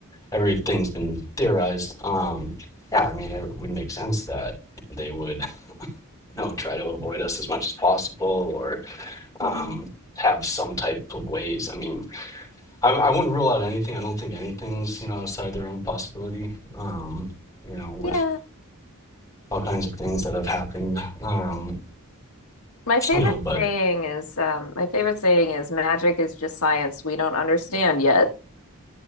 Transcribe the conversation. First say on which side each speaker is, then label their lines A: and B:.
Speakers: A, on the left; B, on the left.
A: everything's been theorized. Um, yeah, I mean, it would make sense that they would, you know, try to avoid us as much as possible or um
B: Mhm.
A: have some type of ways. I mean, I I wouldn't rule out anything. I don't think anything's, you know, outside their own possibility. Um, you know, with
B: Yeah.
A: all kinds of things that have happened. Um
B: My favorite
A: you know but
B: saying is um my favorite saying is magic is just science we don't understand yet,